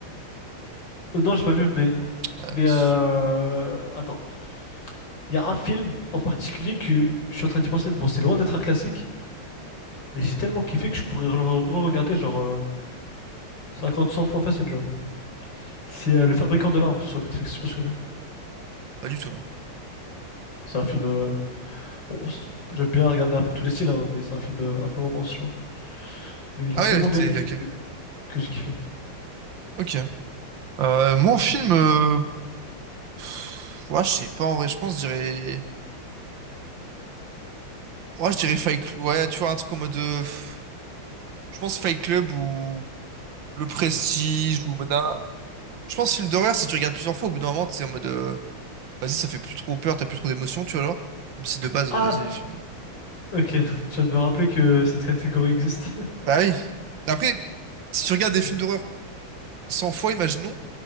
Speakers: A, on the left (about 55°); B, on the right (about 60°).
A: Euh, non, j'ai pas vu, mais,
B: Ouais,
A: mais
B: bah, c'est-
A: euh, attends. Il y a un film en particulier que je suis en train d'y penser. Bon, c'est loin d'être un classique, mais j'ai tellement kiffé que je pourrais le re- re-regarder genre euh, cinquante, cent fois facile, genre. C'est euh, Le Fabricant de larmes sur Netflix, je sais pas si tu connais.
B: pas du tout, non.
A: C'est un film. euh, Bon, c- j'aime bien regarder un peu tous les styles, hein, mais c'est un film euh, un peu romance, genre. Mais il
B: Ah
A: est tellement
B: ouais, ouais, t'es...
A: bien écrit
B: Ok.
A: que, que j'ai kiffé.
B: Ok. Euh, moi, en film, euh, pff, ouais, je sais pas, en vrai, je pense, je dirais, moi, je dirais Fight Club, ouais, tu vois, un truc en mode, euh, pff, je pense Fight Club ou Le Prestige ou Mona. Je pense film d'horreur, si tu regardes plusieurs fois, au bout d'un moment, t'es en mode, euh, vas-y, ça fait plus trop peur, t'as plus trop d'émotions, tu vois, alors. Même si de base,
A: Ah,
B: euh, vas-y, les films.
A: ok, tu viens de me rappeler que cette catégorie existe. <laughs>
B: Bah oui. Mais Après, si tu regardes
A: Hmm.
B: des films d'horreur 100 fois, imaginons, tu